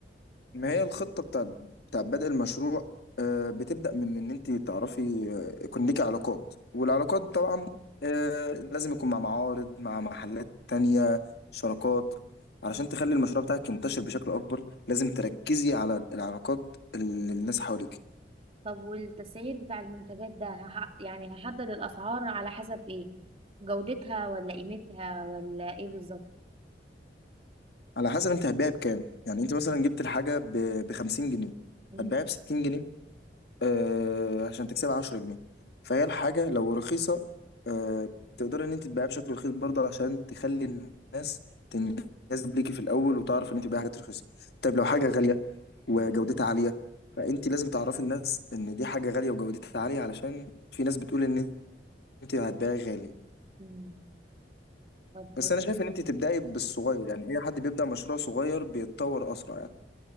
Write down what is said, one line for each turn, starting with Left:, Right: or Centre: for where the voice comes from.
Left: ما هي الخطة بتاع بتاع بدء المشروع آه، بتبدأ من إن أنت تعرفي آه، يكون ليكي علاقات والعلاقات
Right: مم.
Left: طبعا آه، لازم يكون مع معارض مع محلات تانية شراكات
Right: مم.
Left: علشان تخلي المشروع بتاعك ينتشر بشكل أكبر لازم تركزي على العلاقات اللي الناس حواليك
Right: طب والتسعير بتاع المنتجات ده هح... يعني هحدد الاسعار على حسب ايه جودتها ولا قيمتها ولا ايه بالظبط
Left: على حسب أنت هتبيعي بكام يعني أنت مثلا جبت الحاجة ب 50 جنيه
Right: مم.
Left: هتبيعها ب 60 جنيه آه عشان تكسبها 10 جنيه فهي الحاجة لو رخيصة آه تقدر ان انت تبيعها بشكل رخيص برضه عشان تخلي الناس تنجذب ليكي في الاول وتعرف ان انت بتبيعي حاجات رخيصة طيب لو حاجة غالية وجودتها
Right: مم.
Left: عالية فانت لازم تعرفي الناس ان دي حاجة غالية وجودتها عالية علشان في ناس بتقول ان انت هتبيعي غالي
Right: مم. طب
Left: بس انا شايف ان انت تبدأي بالصغير يعني اي حد بيبدأ مشروع صغير بيتطور اسرع يعني